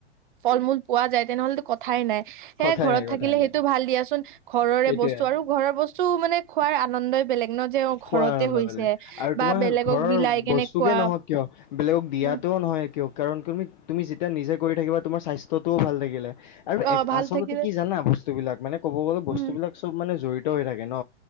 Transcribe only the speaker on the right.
ফল মূল পোৱা যায়, তেনেহলেতো কথাই নাই। সেয়ে
ঘৰত
থাকিলে
সেইটো ভাল দিয়াচোন ঘৰৰে
বস্তু আৰু ঘৰৰ বস্তু মানে খোৱাৰ আনন্দই বেলেগ ন যে ঘৰতে
হৈছে
বা
বেলেগক
বিলাই কেনে
খোৱা
উম
অ
ভাল
থাকিলে
উম